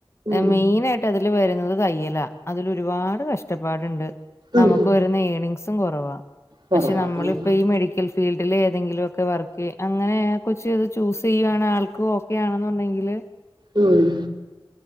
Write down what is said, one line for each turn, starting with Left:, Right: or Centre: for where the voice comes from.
Right: ഉം
Left: മെയിൻആയിട്ടതെടുത്തെ ന്നെ വരുന്നത് തയ്യലാ അതിൽ ഒരുപാട് കഷ്ടപ്പാട്ടുണ്ട് നമുക്ക്
Right: ഉം
Left: വരുന്ന ഏർണിങ് സും കൊറവാ
Right: കുറവാണ്
Left: പക്ഷെ നമ്മളിപ്പ ഈ മെഡിക്കൽ ഫീൽഡിൽ ഏതെങ്കിലൊക്കെ വർക്ക് അങ്ങനെആ കൊച്ച് അത് ചൂസ് ചെയ്യുവാണ് ആൾക്കും ഓക്കെ ആണെന്നുണ്ടെങ്കിൽ
Right: ഉം